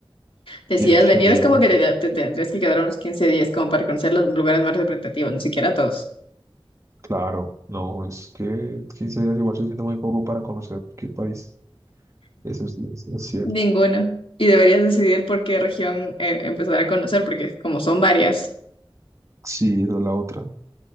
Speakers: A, on the left (about 70°); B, on the right (about 30°).
A: Decidas
B: Y es chévere.
A: venir, es como que te, te tendrías que quedar unos 15 días como para conocer los lugares más representativos, ni siquiera todos.
B: Claro, no, es que 15 días igual se siente muy poco para conocer qué país. Eso es, eso es cierto.
A: Ninguno. Y deberías decidir por qué región eh, empezar a conocer, porque como son varias.
B: Sí, esa es la otra.